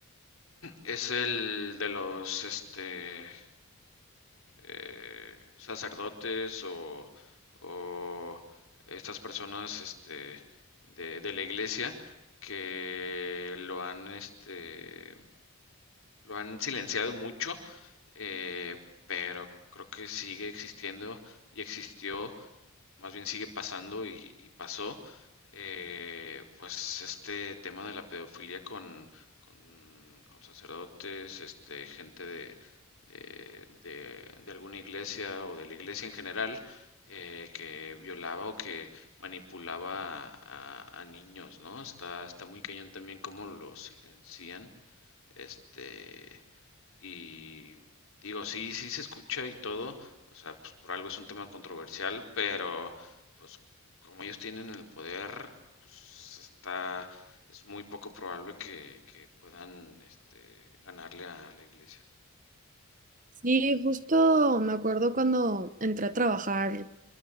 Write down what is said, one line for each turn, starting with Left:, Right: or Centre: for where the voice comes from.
Left: es el de los, este, eh, sacerdotes o, o estas personas, este, de, de la iglesia que lo han, este, Lo han silenciado mucho, eh, pero creo que sigue existiendo y existió, más bien sigue pasando y, y pasó, eh, pues este tema de la pedofilia con, con, con sacerdotes, este, gente de, de, de- de alguna iglesia o de la iglesia en general, eh, que violaba o que manipulaba a, a- a niños, ¿no? Está, está muy cañón también cómo lo silencian este, y digo, sí, sí se escucha y todo, o sea, pues por algo es un tema controversial, pero pues como ellos tienen el poder, pues está, es muy poco probable que, que puedan este, ganarle a la iglesia.
Right: Sí, justo me acuerdo cuando entré a trabajar